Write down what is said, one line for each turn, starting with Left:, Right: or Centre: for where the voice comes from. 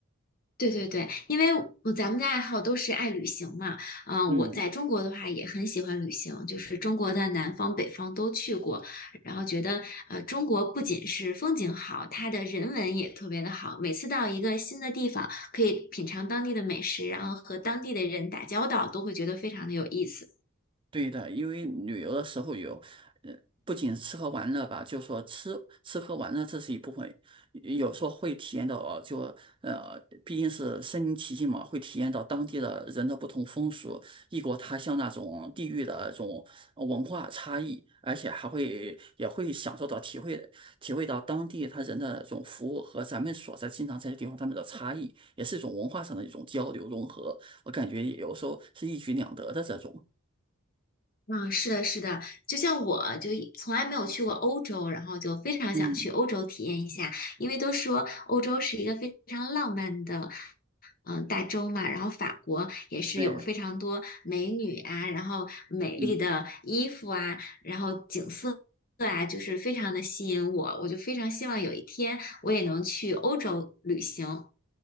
Left: 对对对，因为我咱们的爱好都是爱旅行嘛，嗯、
Right: 嗯，
Left: 我在中国的话也很喜欢旅行，就是中国的南方、北方都去过，然后觉得呃，中国不仅是风景好，它的人文也特别的好。每次到一个新的地方，可以品尝当地的美食，然后和当地的人打交道，都会觉得非常的有意思。
Right: 对的，因为旅游的时候有，呃，不仅吃喝玩乐吧，就说吃吃喝玩乐这是一部分，有时候会体验到，呃就呃，毕竟是身临其境嘛，会体验到当地的人的不同风俗、异国他乡那种地域的这种呃文化差异，而且还会也会享受到、体会体会到当地他人的这种服务和咱们所在经常在的地方他们的差异，也是一种文化上的一种交流融合，我感觉有时候是一举两得的这种，
Left: 嗯，是的，是的，就像我就一从来没有去过欧洲，然后就非常想去欧洲体验一下，
Right: 嗯。
Left: 因为都说欧洲是一个非常浪漫的，嗯、大洲嘛，然后法国也是有非常多美女啊，
Right: 对，
Left: 然后美丽的衣服啊，
Right: 嗯，
Left: 然后景色啊，就是非常的吸引我，我就非常希望有一天我也能去欧洲旅行，